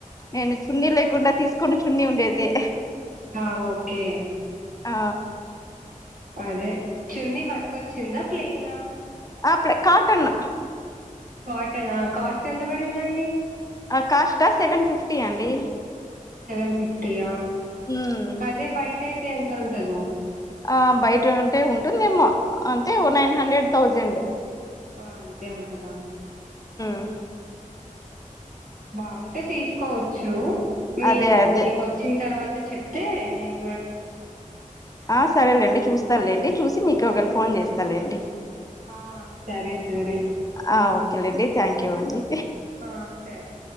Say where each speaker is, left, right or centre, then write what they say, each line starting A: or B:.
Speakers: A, on the left; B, on the right.
A: నేను చున్నీ లేకుండా తీసుకొను చున్నీ ఉండేదే.
B: ఆ ఓకే
A: ఆ
B: అదే చున్నీ వర్క్ అచ్చిందా ప్లెనా
A: ఆ ప్లే కాటన్
B: కాటనా కాస్ట్ ఎంత పడిందండి
A: కాస్టా అ సెవెన్ ఫిఫ్టీ అండి
B: సెవెన్ ఫిఫ్టీయా
A: ఉమ్
B: అదే బయట అయితే ఎంత ఉంటదో
A: ఆ బయట ఉంటే ఉంటుందేమో అంతే ఓ నైన్ హండ్రెడ్ థౌజండ్
B: ఆ అంతే ఉంటదా
A: ఆ
B: బాగుంటే తీసుకోవచ్చు మీరు
A: అదే అదే
B: మీకు ఓచ్చిన తర్వాత చెప్తే నేన్
A: ఆ సరేలేండి చూస్త లేండి చూసి మీకు ఒకళ ఫోన్ చేస్తలేండి
B: ఆ సరే సరే
A: ఆ ఓకేలేండి థ్యాంక్ యూ అండి
B: ఆ సరే